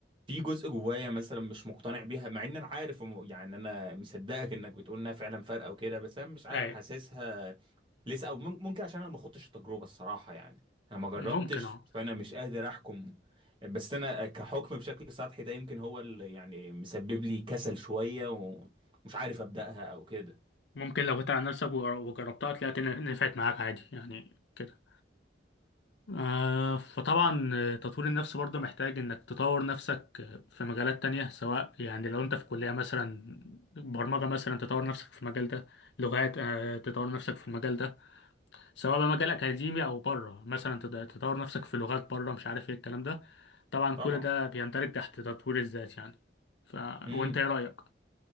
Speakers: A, on the right; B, on the left.
A: في جزء جوايا مثلا مش مقتنع بيها مع ان انا عارف وم- يعني انا مصدقك انك بتقول انها فعلا فارقة وكده بس انا مش عارف
B: أي
A: حاسسها لسه او مم- ممكن عشان انا ما خدتش التجربة الصراحة يعني انا ما جربتش
B: ممكن أه
A: فانا مش قادر احكم بس انا كحكم بشكل سطحي ده يمكن هو اللي يعني مسبب لي كسل شوية ومش عارف ابدأها او كده
B: ممكن لو جيت على نفسك وجر- وجربتها تلاقي إن- نفعت معاك عادي يعني كده آه فطبعا آه، تطوير النفس برضه محتاج إنك تطور نفسك آه، في مجالات تانية سواء يعني لو أنت في كلية مثلا برمجة مثلا تطور نفسك في المجال ده لغات آه، تطور نفسك في المجال ده سواء بقى مجال اكاديمي او بره مثلا تد- تطور نفسك في لغات بره مش عارف ايه الكلام ده طبعا
A: طبعا
B: كل ده بيندرج تحت تطوير الذات يعني ف
A: امم
B: وانت ايه رايك